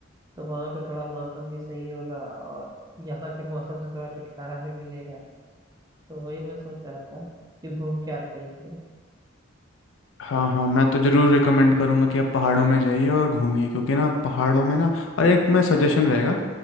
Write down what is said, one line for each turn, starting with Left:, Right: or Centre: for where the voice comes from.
Right: तो वहाँ पे थोड़ा मौसम भी सही होगा और यहाँ के मौसम से थोड़ा छुटकारा भी मिलेगा तो वही मैं सोच रहा था कि घूम के आते हैं कि
Left: हाँ हाँ मैं तो ज़रूर रिकमेंड करूँगा कि आप पहाड़ों में जाइए और घूमिए क्योंकि ना पहाड़ों में ना और एक मैं सजेशन रहेगा